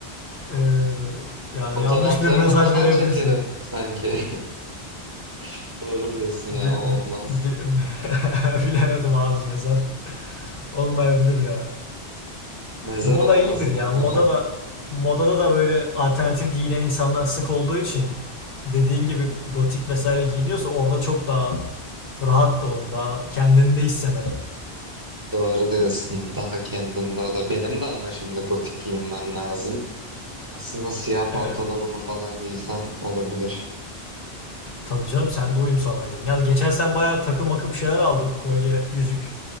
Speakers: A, on the left; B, on the right.
A: Ee, yani
B: Fotoğraflarını
A: yanlış bir mesaj
B: falan
A: verebilirsin.
B: çekerim sanki. <laughs> Doğru diyorsun
A: Bil-
B: ya o olmaz.
A: bil- bil- <laughs> bilemedim abi mezar. Olmayabilir ya.
B: <laughs> Mezar
A: Moda
B: olmasın
A: iyidir ya.
B: o zaman.
A: Moda da modada da böyle alternatif giyinen insanlar sık olduğu için dediğin gibi gotik vesaire giyiniyorsa orada çok daha rahat da olur. Daha kendinde hisseder.
B: Doğru diyorsun daha kendinde o da. Benim de ama şimdi gotik giyinmem lazım. Aslında siyah pantolonumu
A: E,
B: falan giysem olabilir.
A: tabii canım sen de uyum sağlayacaksın. Ya geçen sen bayağı takı makı bir şeyler aldın. Kolye, yüzük.